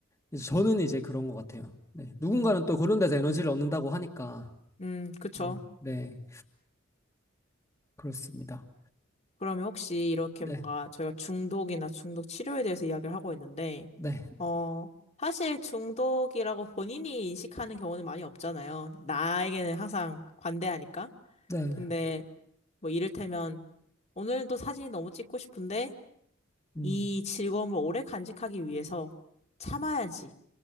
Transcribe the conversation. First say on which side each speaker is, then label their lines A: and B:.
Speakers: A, on the left; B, on the left.
A: 이제 저는 이제 그런 것 같아요. 네, 누군가는
B: 음.
A: 또 그런 데서 에너지를 얻는다고 하니까,
B: 음, 그쵸.
A: 네, 네, 그렇습니다.
B: 그러면 혹시 이렇게
A: 네,
B: 뭔가 저희가 중독이나 중독 치료에 대해서 이야기를 하고 있는데,
A: 네,
B: 어, 사실 중독이라고 본인이 인식하는 경우는 많이 없잖아요. 나에게는 항상 관대하니까.
A: 네.
B: 근데 뭐 이를테면 오늘도 사진이 너무 찍고 싶은데
A: 음,
B: 이 즐거움을 오래 간직하기 위해서 참아야지.